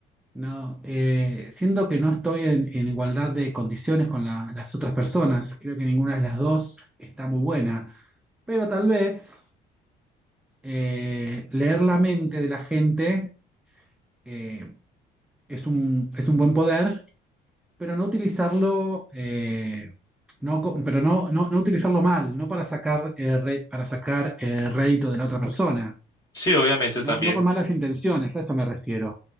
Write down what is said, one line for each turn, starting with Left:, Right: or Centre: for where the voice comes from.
Centre: No, eh, siento que no estoy en, en igualdad de condiciones con la- las otras personas. Creo que ninguna de las dos está muy buena. Pero tal vez eh, leer la mente de la gente eh, es un, es un buen poder, pero no utilizarlo, eh, no, co- pero no, no, no utilizarlo mal, no para sacar, eh, re- para sacar eh, rédito de la otra persona,
Left: sí, obviamente
Centre: no,
Left: también.
Centre: no con malas intenciones, a eso me refiero.